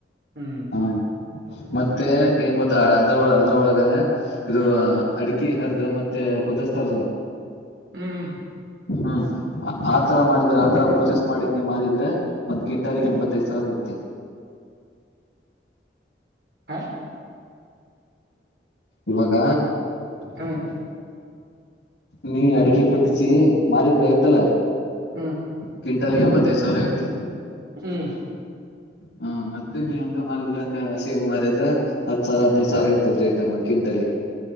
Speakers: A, on the right; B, on the left.
A: ಹ್ಮ್
B: ಹ್ಮ ಮತ್ತೆ ಏನ್ ಗೊತ್ತ ಅದ್ರ ಅದ್ರೊಳಗನೆ ಇದು. ಅಡಕಿ ಹರದು ಮತ್ತೆ ಕುದಸ್ತಾರಲ್ಲ.
A: ಹ್ಮ್
B: ಹ್ಮ್ ಆತರ ಮಾಡಿದ್ರ ಆತರ ಪ್ರೊಸೇಸ್ ಮಾಡಿ ನೀ ಮಾರಿದ್ರ ಒಂದ್ ಕ್ವಿಂಟಲ್ಗೇ
A: ಹ್ಮ್
B: ಎಂಬತ್ತೈದ್ ಸಾವಿರ ಇರುತ್ತೆ
A: ಹ
B: ಇವಾಗ
A: ಹ್ಮ್
B: ನೀ ಅಡ್ಕಿ ಕುದ್ದುಸಿ ಮಾರಿದ್ರಯತಲ್ಲ.
A: ಹ್
B: ಕ್ವಿಂಟಲಾಗ ಎಂಬತ್ತೈದ ಸ ತರಗತಿ
A: ಹ್ಮ್
B: ಹ್ಮ ಮತ್ತೆ ನೀ ಹಂಗ ಮಾರಿದ್ರ ಹಂಗ ಹಸಿ ಹೂ ಮಾರಿದ್ರ ಹತ್ ಸಾವಿರ ಹದ್ನೈದು ಸಾವಿರ ಇರ್ತದ ರೇಟ್ ಒಂದ್ ಕ್ವಿಂಟಲಗೆ